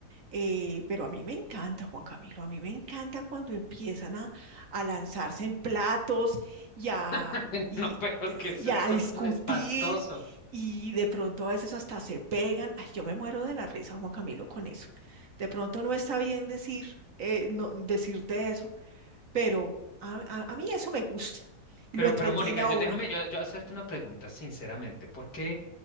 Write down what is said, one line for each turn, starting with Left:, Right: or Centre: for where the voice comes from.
Right: Eh, pero a mí me encanta, Juan Camilo, a mí me encanta cuando empiezan a, a lanzarse en platos y a,
Left: <laughs>
Right: y,
Left: No, pero
Right: de-
Left: que es
Right: y
Left: esto
Right: a discutir
Left: tan espantoso.
Right: y de pronto a veces hasta se pegan. Ay, yo me muero de la risa, Juan Camilo, con eso. De pronto no está bien decir, eh, no, decirte eso, pero a, a- a mí eso me gusta y
Left: Pero,
Right: lo entretiene
Left: pero Mónica,
Right: a
Left: yo
Right: uno.
Left: déjame yo, yo hacerte una pregunta sinceramente. ¿Por qué,